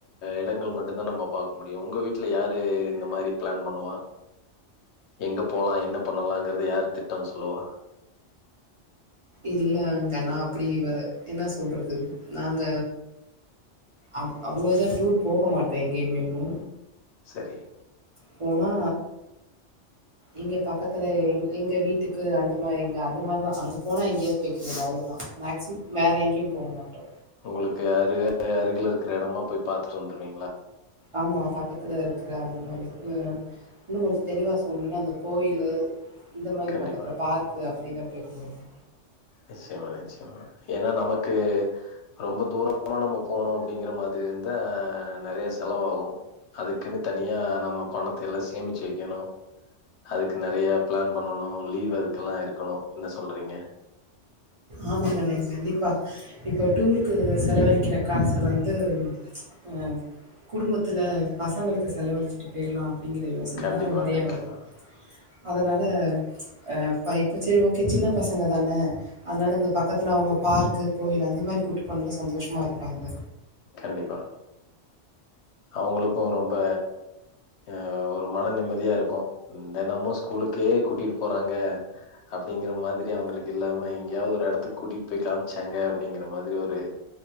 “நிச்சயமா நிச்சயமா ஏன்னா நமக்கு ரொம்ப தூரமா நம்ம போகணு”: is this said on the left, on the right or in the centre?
Left